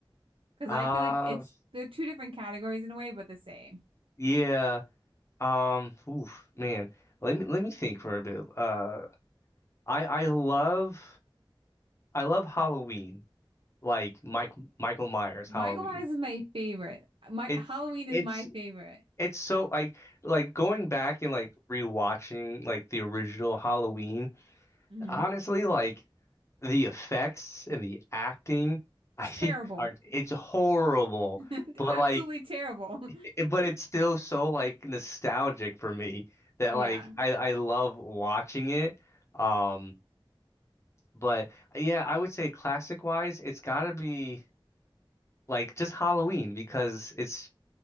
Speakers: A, on the right; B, on the left.
A: Because
B: Uh,
A: I feel like it's they're two different categories in a way, but the same.
B: yeah. Um, oof, man. Let me let me think for a bit. Uh, I I love I love Halloween. Like Mike Michael Myers
A: Michael
B: Halloween.
A: Myers is my favorite. My
B: It's
A: Halloween
B: it's
A: is my favorite.
B: it's so like like going back and like rewatching like the original Halloween.
A: hmm
B: Honestly, like the effects and the acting, I
A: It's terrible.
B: think are it's horrible.
A: <laughs>
B: But
A: Absolutely
B: like
A: terrible. <laughs>
B: it- but it's still so like nostalgic for me that
A: Yeah.
B: like I I love watching it. Um, but yeah, I would say classic wise, it's gotta be like just Halloween because it's